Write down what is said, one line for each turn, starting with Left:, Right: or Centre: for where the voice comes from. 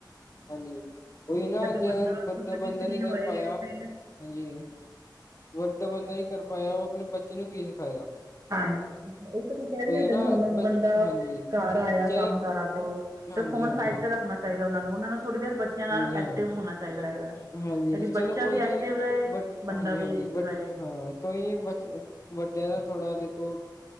Left: ਹਾਂਜੀ, ਕੋਈ ਨਾ
Right: ਤੇ
Left: ਜਦੋ ਬੰਦਾ
Right: ਖੁਦ
Left: ਬੰਦਾ
Right: ਵੀ ਫ੍ਰਰੀ
Left: ਨੀ ਕਰ
Right: ਹੋਏ
Left: ਪਾਇਆ ਹਾਂਜੀ।
Right: ਤੇ
Left: ਵੱਡਾ ਬੰਦਾ ਨੀ ਕਰ ਪਾਇਆ ਉਹ ਆਪਣੇ ਬੱਚੇ ਨੂੰ ਕੀ ਸਿਖਾਏਗਾ।
Right: ਹਾਂ, ਉਹ ਤਾਂ ਮੈਂ ਕਹਿ ਰੀ
Left: ਉਹੀ
Right: ਆ
Left: ਹੈ
Right: ਜਦ
Left: ਨਾ
Right: ਹੁਣ
Left: ਬ
Right: ਬੰਦਾ
Left: ਹਾਂਜੀ
Right: ਘਰ ਆਇਆ
Left: ਚਾਹੇ
Right: ਕੰਮ ਕਾਰਾਂ ਤੋਂ,
Left: ਹਾਂਜੀ
Right: ਤੇ ਫੋਨ
Left: ਹਾਂਜੀ
Right: ਸਾਈਡ ਤੇ ਰੱਖਣਾ। ਚਾਹੀਦਾ ਉਹ ਨੂੰ ਉਹਨਾਂ ਨੂੰ ਥੋੜ੍ਹੀ ਦੇਰ ਬੱਚਿਆਂ ਨਾਲ
Left: ਹਾਂਜੀ ਹਾਂ
Right: ਐਕਟਿਵ ਹੋਣਾ ਚਾਹੀਦਾ ਹੈਗਾ।
Left: ਹਾਂਜੀ
Right: ਤਾਂ ਕਿ
Left: ਚਲੋ
Right: ਬੱਚਾ
Left: ਕੋਈ
Right: ਵੀ
Left: ਨੀ,
Right: ਐਕਟਿਵ ਰਹੇ
Left: ਬਟ
Right: ਬੰਦਾ
Left: ਹਾਂਜੀ
Right: ਵੀ
Left: ਹਾਂਜੀ ਬਟ
Right: ਰਹੇ
Left: ਹਾਂ। ਕੋਈ ਬ ਵੱਡਿਆਂ ਦਾ ਥੋੜਾ ਦੇਖੋ